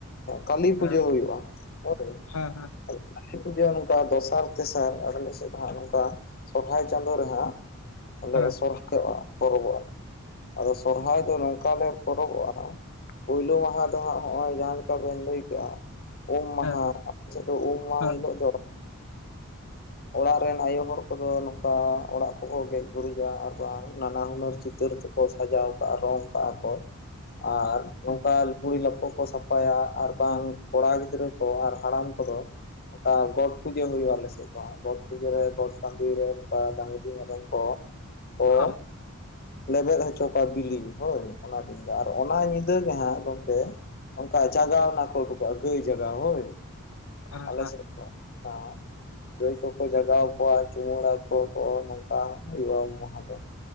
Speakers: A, on the left; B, on the left.
A: ᱠᱟᱹᱞᱤ ᱯᱩᱡᱟᱹ
B: ᱦᱮᱸ
A: ᱦᱩᱭᱩᱜ-ᱟ ᱦᱳᱭ
B: ᱦᱮᱸ ᱦᱮᱸ
A: ᱾ ᱠᱟᱞᱤ ᱯᱩᱡᱟᱹ ᱱᱚᱝᱠᱟ ᱫᱚᱥᱟᱨ ᱛᱮᱥᱟᱨ ᱟᱞᱮ ᱥᱮᱫ ᱫᱚ ᱦᱟᱸᱜ ᱱᱚᱝᱠᱟ ᱥᱚᱨᱦᱟᱭ ᱪᱟᱸᱫᱳ ᱨᱮ ᱦᱟᱸᱜ ᱟᱞᱮ
B: ᱦᱮᱸ
A: ᱥᱚᱨᱦᱟᱭᱚᱜ-ᱟ ᱯᱚᱨᱚᱵᱚᱜ-ᱟ᱾ ᱟᱫᱚ ᱥᱚᱨᱦᱟᱭ ᱫᱚ ᱱᱚᱝᱠᱟ ᱞᱮ ᱯᱚᱨᱚᱵᱚᱜ-ᱟ ᱯᱩᱭᱞᱳ ᱢᱟᱦᱟᱸ ᱫᱚ ᱦᱟᱸᱜ ᱦᱚᱜ-ᱚᱭ ᱡᱟᱦᱟᱸ ᱞᱮᱠᱟ ᱵᱮᱱ ᱞᱟᱹᱭ ᱠᱮᱜ-ᱟ ᱩᱢ ᱢᱟᱦᱟᱸ
B: ᱦᱮᱸ
A: ᱟᱯᱮ ᱥᱮᱜ ᱫᱚ ᱩᱢ ᱢᱟᱦᱟᱸ
B: ᱦᱮᱸ
A: ᱦᱤᱞᱳᱜ ᱫᱚ ᱚᱲᱟᱜ ᱨᱮᱱ ᱟᱭᱳ ᱦᱚᱲ ᱠᱚᱫᱚ ᱱᱚᱝᱠᱟ ᱚᱲᱟᱜ ᱠᱚᱠᱚ ᱜᱮᱡ ᱜᱩᱨᱤᱡᱽᱟ ᱟᱨ ᱵᱟᱝ ᱱᱟᱱᱟ ᱦᱩᱱᱟᱹᱨ ᱪᱤᱛᱟᱹᱨ ᱛᱮ ᱠᱚ ᱥᱟᱡᱟᱣ ᱠᱟᱜ-ᱟ ᱨᱚᱝ ᱠᱟᱜ-ᱟ ᱠᱚ <inaudible> ᱟᱨ ᱱᱚᱝᱠᱟ
B: ᱦᱮᱸ
A: ᱞᱩᱜᱽᱲᱤ ᱞᱟᱯᱚ ᱠᱚ ᱥᱟᱯ ᱯᱟᱭᱟ ᱟᱨ ᱵᱟᱝ ᱠᱚᱲᱟ ᱜᱤᱫᱽᱨᱟᱹ ᱠᱚ ᱟᱨ ᱦᱟᱲᱟᱢ ᱠᱚᱫᱚ ᱚᱠᱟ ᱜᱚᱴ ᱯᱩᱡᱟᱹ ᱦᱩᱭᱩᱜ-ᱟ ᱟᱞᱮ ᱥᱮᱜ, ᱡᱟᱦᱟᱸ ᱜᱚᱴ ᱯᱩᱡᱟᱹ ᱨᱮ ᱜᱚᱴ ᱴᱟᱹᱰᱤ ᱨᱮ ᱱᱚᱝᱠᱟ ᱰᱟᱹᱝᱨᱤ ᱢᱮᱨᱚᱢ ᱠᱚ ᱠᱚ
B: <inaudible>
A: ᱞᱮᱵᱮᱫ ᱦᱚᱪᱚ ᱠᱚᱣᱟ ᱵᱤᱞᱤ ᱦᱳᱭ ᱚᱱᱟ ᱫᱤᱱ ᱫᱚ ᱟᱨ ᱚᱱᱟ ᱧᱤᱫᱟᱹ ᱜᱮ ᱦᱟᱸᱜ ᱜᱚᱝᱠᱮ ᱚᱝᱠᱟ ᱡᱟᱜᱟᱣ ᱱᱟᱜ ᱠᱚ ᱩᱰᱩᱜ-ᱟ ᱜᱟᱹᱭ ᱡᱟᱜᱟᱣ ᱦᱳᱭ᱾
B: ᱦᱮᱸ
A: ᱟᱞᱮ
B: ᱦᱮᱸ
A: ᱥᱮᱫ ᱫᱚ ᱚᱱᱟ ᱜᱟᱹᱭ ᱠᱚᱠᱚ ᱡᱟᱜᱟᱣ ᱠᱚᱣᱟ ᱪᱩᱢᱟᱹᱲᱟ ᱠᱚ ᱠᱚ ᱱᱚᱝᱠᱟ ᱦᱩᱭᱩᱜ-ᱟ ᱩᱢ ᱢᱟᱦᱟᱸ ᱫᱚ᱾